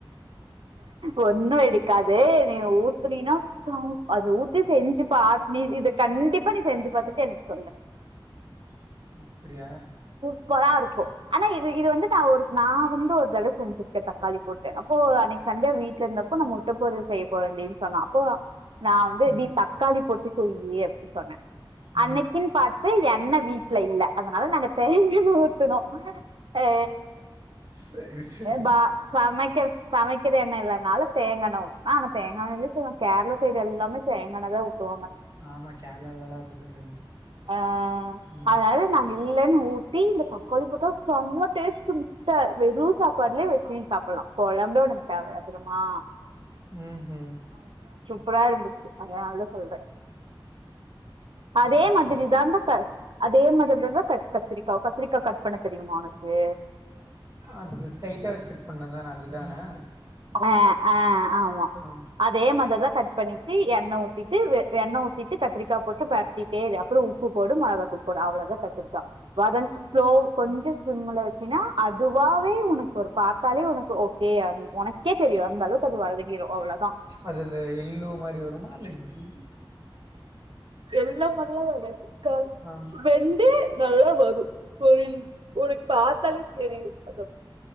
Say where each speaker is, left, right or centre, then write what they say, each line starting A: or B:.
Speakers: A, on the right; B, on the right.
A: ஒண்ணும் வெடிக்காது எண்ணெய்ய ஊத்துனினா சௌ அத ஊத்தி செஞ்சு பாத்து நீ இத கண்டிப்பா நீ செஞ்சு பாத்துட்டு எனக்கு சொல்லு
B: ம் அப்படியா
A: சூப்பரா இருக்கும் ஆனா இது இது வந்து நான் ஒரு நான் வந்து ஒரு தடவை செஞ்சுருக்கேன் தக்காளி போட்டு அப்போ அன்னைக்கு சண்டையா வீட்ல இருந்தப்போ நம்ம செய்ய போறன் டி சொன்னா அப்போ நான் வந்து இப்டி
B: ம்,
A: தக்காளி போட்டு செய் டி அப்படின்னு சொன்னேன்
B: ம்.
A: அன்னைக்கிண்ணு பாத்து எண்ணெய் வீட்டுல இல்ல அதனால நாங்க தேங்கெண்ண ஊத்தனு ஏ
B: சரி, சரி.
A: பா சமைக் சமைக்கிற எண்ணெ இல்லனால தேங்கா எண்ணெ ஊதனா ஆனா தேங்கா எண்ணெலியு செய்வா கேரள சைடு எல்லாமே தேங்கா எண்ணெதா த்துவாங்க
B: ஆமா கேரளாலலாம் அப்படிதான் செய்வாங்க.
A: ஆ
B: ம்.
A: அதாவது நாங்க இ ஊட்டி இந்த தக்காளி போட்ட செம டேஸ்ட் முட்ட வெறு சாப்பாலே வெச்சி நீ சாப்பிலா கொழம்பே உனக்கு தேவையில்ல திரியுமா
B: ம் ம்
A: புரா இருந்துச்சி அதனாலதா சொல்றே
B: சரி,
A: அதே மாதிரிதா
B: சரி.
A: இந்த க அதே மாதிரிதா கட் கத்திரிக்கா கத்திரிக்கா கட் பண்ண தெரியுமா உனக்கு
B: அது ஸ்ட்ரைட்டா வச்சு கட் பண்ணதானே அதுதானே
A: ஆ ஆ ஆமா
B: ஆ
A: அதே மாததா கட் பண்ணிட்டு எண்ணெ ஊத்திட்டு எண்ணெ ஊத்திட்டு கத்திரிக்கா போட்டு பிரட்டிடே இரு அப்புறோ உப்பு போடு மெளகாதூள் போடு அவ்ளதா கத்திரிகா வதந் ஸ்லோ கொஞ்சோ சிம்ல வச்சின்னா அதுவாவே உனக்கு ஒரு பத்தாலே உனக்கு ஓகே உனக் கே தெரியு அந்தளவுக்கு அது வந்தகிரு அவ்ளோதா
B: அது இந்த எள்ளு மாரி வருமா இல்ல எப்பிடி
A: எல்லோ மாரியா வெ க
B: ஆ
A: வெந்து நல்லா வரு ஒரு உனக்கு பாத்தாலே தெரியு அத